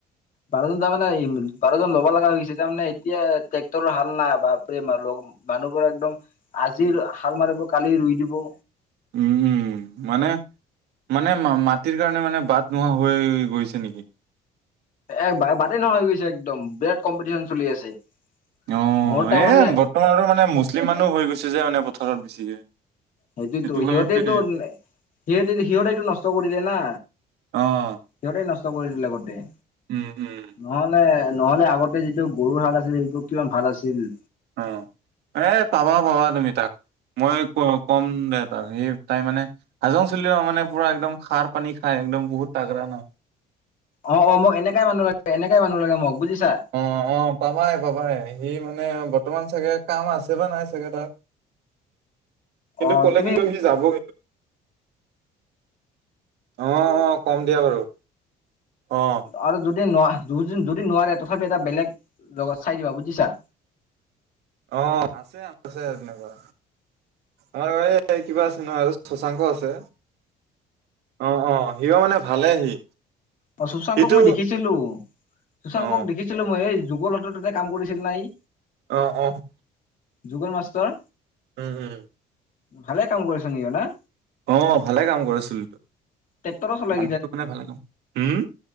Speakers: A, on the left; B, on the right.
A: বাৰজন তাৰমানে বাৰজন ল'ব লগা হৈ গৈছে তাৰ মানে এতিয়া ট্ৰেক্টৰৰ হাল না বাপৰে মানুহবোৰে একদম, আজি হাল মাৰিব কালি ৰুই দিব।
B: উম, উম, মানে মানে মাটিৰ কাৰণে মানে বাট নোহোৱা হৈ গৈছে নেকি?
A: এ বাটেই নোহোৱা হৈ গৈছে একদম বিৰাট কম্পিটিশ্যন চলি আছে।
B: অঁহ',
A: মোৰ তাৰমানে
B: এই বৰ্তমানৰ মানে মুছলিম মানুহ হৈ গৈছে যে মানে পথাৰত বেছিকে।
A: সেইটোৱেতো
B: সেইটো কাৰণে
A: সিহঁতেটো, সিহঁতে-সিহঁতেইটো নষ্ট কৰি দিয়ে না!
B: অ'
A: সিহঁতেই নষ্ট কৰিলে গোটেই।
B: উম, উম,।
A: নহলে-নহলে আগতে যিটো গৰু হাল আছিল সেইবোৰ কিমান ভাল আছিল।
B: অঁহ', -এ পাবা -পাবা তুমি তাত। মই ক ক'ম দে তাক, সেই তাই মানে হাজং ছোৱালী ন মানে পুৰা একদম খাৰ পানী খাই একদম বহুত তাগ্ৰা নহ!
A: অ', -অ', মোক এনেকাই মানুহ লাগে এনেকাই মানুহ লাগে মোক বুজিছা।
B: অঁহ', -অঁহ', পাবাই- পাবাই সি মানে বৰ্তমান চাগে কাম আছে বা নাই চাগে তাৰ। কিন্তু
A: অ
B: ক'লে
A: তুমি
B: কিন্তু সি যাবগে। অ', - অ', কম দিয়া বাৰু। অ',।
A: আৰু যদি ন যদি নোৱাৰে তথাপি এটা বেলেগ, জেগাত চাই দিবা বুজিছা?
B: অঁহ', আছে আছে তেনেকুৱা। অ', এই কিবা আছে নহয় আৰু শোশাংক আছে। অ', - অ', সিয়ো মানে ভালে সি।
A: অ', শুশাংকক
B: সিটো
A: মই দেখিছিলোঁ, শুশাংকক
B: অ
A: দেখিছিলোঁ মই এই যুগল হতত তাতে কাম কৰিছিল না সি।
B: অ', - অ',।
A: যুগল মাষ্টৰ।
B: উম, উম।
A: ভালে কাম কৰিছে নেকি না?
B: অঁহ', ভালে কাম কৰিছিল,
A: ট্ৰেক্টৰো চলাই
B: মানুহ টো মানে ভালে কাম, হুম!